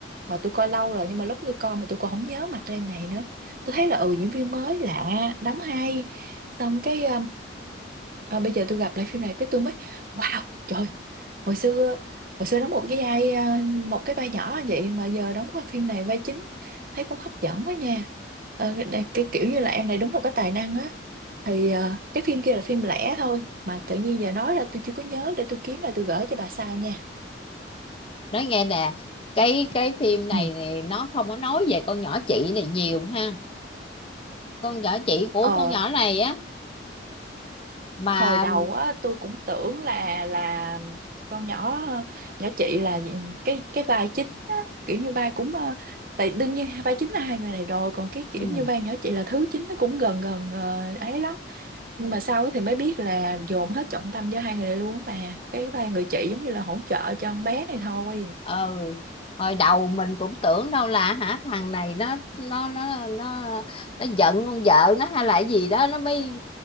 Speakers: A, on the right (about 45°); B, on the left (about 30°).
A: mà tôi coi lâu rồi nhưng mà lúc tôi coi mà tôi còn không nhớ mặt em này nữa tôi thấy là ừ diễn viên mới lạ đóng hay xong cái à, bây giờ tôi gặp lại phim này cái tôi mới wow trời hồi xưa hồi xưa đóng một cái vai à, một cái vai nhỏ vậy mà giờ đóng qua phim này vai chính thấy cũng hấp dẫn quá nha Ờ, đây- cái kiểu như là em này đúng là có tài năng á thì ờ, cái phim kia là phim lẻ thôi mà tự nhiên giờ nói ra tôi chưa có nhớ để tôi kiếm lại tôi gửi cho bà sau nha
B: nói nghe nè cái cái phim này
A: ừ.
B: thì nó không có nói về con nhỏ chị này nhiều ha con nhỏ chị của
A: ờ
B: con nhỏ này á mà
A: hồi đầu á tôi cũng tưởng là là con nhỏ nhỏ chị là cái cái vai chính á, kiểu như vai cũng ờ, tại đương nhiên vai chính là hai người này rồi còn cái kiểu
B: ừ,
A: như vai nhỏ chị là thứ chính nó cũng gần gần ờ, ấy lắm nhưng mà sau á thì mới biết là dồn hết trọng tâm cho hai người này luôn á bà cái vai người chị giống như là hỗ trợ cho con bé này thôi
B: ờ, hồi đầu mình cũng tưởng đâu là hả thằng này nó nó nó nó nó giận con vợ nó hay là cái gì đó nó mới